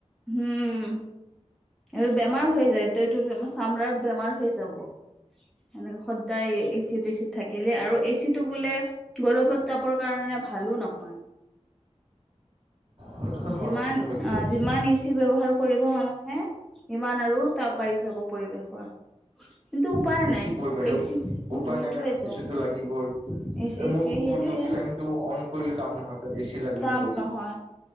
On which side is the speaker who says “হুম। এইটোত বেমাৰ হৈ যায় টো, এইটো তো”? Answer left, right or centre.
Centre